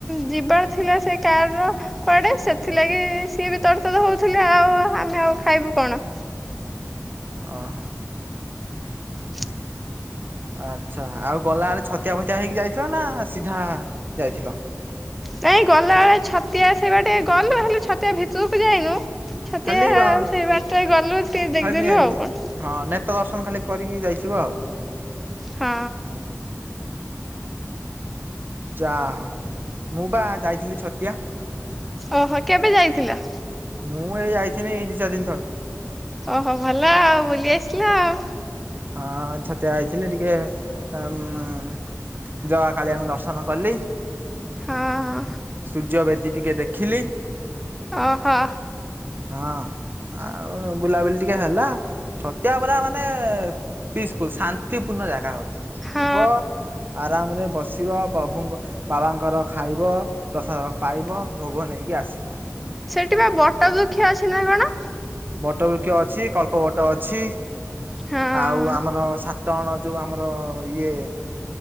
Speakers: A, in the centre; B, on the right (about 40°).
A: ଯିବାର ଥିଲା ସେ କାର ର- - କୁଆଡେ ସେଥିଲାଗି ସିଏ ବି ତର ତଡ଼ ହଉଥିଲେ ଆଉ ଆମେ ଆଉ ଖାଇବୁ କଣ।
B: ଓହୋ
A: ହ
B: ଆଚ୍ଛା ଆଉ ଗଲାବେଳେ ଛତିଆ ଫତିଆ ହେଇକି ଯାଇଥିଲ ନା ସିଧା ଯାଇଥିଲ।
A: ନାଇଁ ଗଲାବେଳେ ଛତିଆ ସେଇ ବାଟେ ଗଲୁ ହେଲେ ଛତିଆ ଭିତରକୁ ଯାଇନୁ -- ଛତିଆ
B: ଖାଲି ବା
A: ସେଇ ବାଟରେ ଗଲୁ ଟିକେ ଦେଖିଦେଲୁ
B: ଖାଲି
A: ଆଉ କଁ।
B: ହଁ ନେତ ଦର୍ଶନ ଖାଲି କରିକି ଯାଇଥିବ ଆଉ
A: ହଁ
B: ହଁ। ଯାହଉ ମୁଁ ବା ଯାଇଥିଲି ଛତିଆ।
A: ଓହୋ କେବେ ଯାଇଥିଲ?
B: ମୁଁ ଏଇ ଯାଇଥିନି ଏଇ ଦି ଚାର ଦିନ ତଳେ।
A: ଓହୋ ଭଲ ଆଉ ବୁଲି ଆସିଲ ଆଉ।
B: ହଁ ଛତିଆ ଯଇଥିଲି ଟିକେ ମ- - ଜଗା କାଳିଆଙ୍କୁ ଦର୍ଶନ କଲି।
A: ହଁ
B: ସୂର୍ଯ୍ୟବେଦୀ ଟିକେ ଦେଖିଲି।
A: ଓହୋ
B: ହଁ ଆଉ ବୁଲାବୁଲି ଟିକେ ହେଲା। ଛତିଆପୁରା ମାନେ ପିସଫୁଲ ଶାନ୍ତିପୂର୍ଣ୍ଣ ଜାଗା ଗୋଟେ।
A: ହଁ
B: ଯିବ ଆରାମରେ ବସି -- ଆସିବ ପ୍ରଭୁଙ୍କ ବାବାଙ୍କର ଖାଇବ ପ୍ରସାଦ ପାଇବ ଭୋଗ ନେଇକି ଆସି
A: ସେଠି ବା ବଟବୃକ୍ଷ ଅଛି ନା କଣ?
B: ବଟ ବୃକ୍ଷ ଅଛି କଳ୍ପ ବଟ ଅଛି
A: ହଁ
B: ଆଉ ଆମର ସା ତଣ ଯୋଉ ଆମର ଇଏ